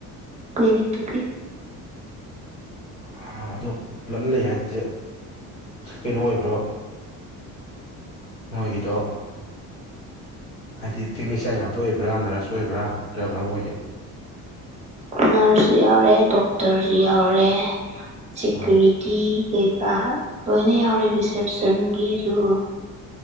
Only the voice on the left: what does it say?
ꯑꯥ ꯑꯗꯨ ꯄꯨꯂꯞꯅ ꯂꯩ ꯍꯥꯏꯔꯤꯖꯦ ꯀꯩꯅꯣ ꯑꯣꯏꯕ꯭ꯔꯥꯕ ꯃꯣꯏꯒꯤꯗꯣ ꯍꯥꯏꯗꯤ ꯇꯦꯛꯅꯤꯁꯤꯌꯥꯟ ꯉꯥꯛꯇ ꯑꯣꯏꯕ꯭ꯔꯥ ꯅꯔꯁ ꯑꯣꯏꯕ꯭ꯔꯥ ꯀꯔꯝ ꯀꯔꯝꯕ ꯑꯣꯏꯒꯦ
ꯑꯣ